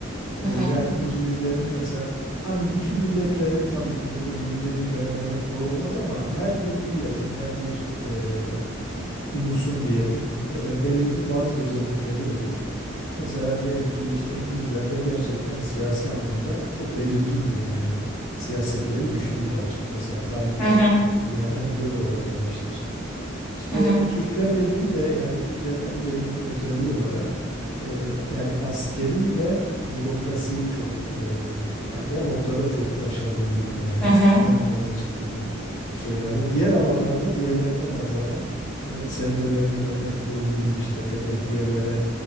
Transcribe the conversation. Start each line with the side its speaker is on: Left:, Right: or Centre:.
Left: e,
Centre: Hı
Left: yani
Centre: hı.
Left: İngilizlerin mesela hani bütün milletlerin tabii ki bunu yüzde yüz genellemek doğru olmaz ama her bir milletin her bir e, ulusun diyelim böyle belirgin bazı özellikleri olur. Mesela diyelim ki işte İngilizler de gerçekten siyasi anlamda çok belirgindir yani siyasetleri güçlüdür açıkçası. Yani tarihten
Centre: Hı hı.
Left: bu yana hep böyle ola gelmiştir. İşte
Centre: Hı hı.
Left: Türklerle ilgili de yani Türklerin en belirgin özelliği olarak e, yani askeri ve bürokrasiyi çok e, yani o noktada çok başarılı bulurlar. Hep
Centre: Hı hı.
Left: ön plana çıktığını söylerler. Diğer alanlarda diğerlerine nazaran ve senin de verdiğin örnekte olduğu gibi işte fethetiyelere